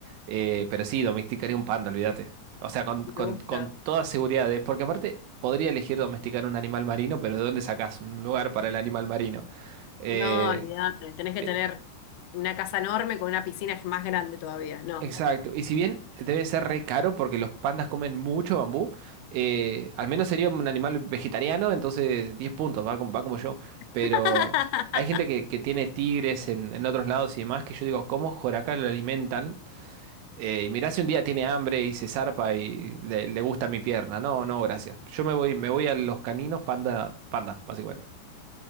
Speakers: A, on the right (about 85°); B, on the left (about 85°).
A: eh, pero sí, domesticaría un panda, olvídate. O sea, con, con-
B: Me gusta.
A: con toda seguridad, de- porque aparte podría elegir domesticar un animal marino, pero ¿de dónde sacas un lugar para el animal marino? Eh,
B: No, olvídate, tenés que
A: eh,
B: tener una casa enorme con una piscina más grande todavía, no.
A: exacto, y si bien debe ser re caro porque los pandas comen mucho bambú, eh, al menos sería un animal vegetariano, entonces 10 puntos, va, com- va como yo, pero...
B: <laughs>
A: Hay gente que, que tiene tigres en, en otros lados y demás que yo digo, ¿cómo joraca lo alimentan? Eh, y mirá si un día tiene hambre y se zarpa y le, le gusta mi pierna. No, no, gracias. Yo me voy, me voy a los caninos panda, panda, básicamente.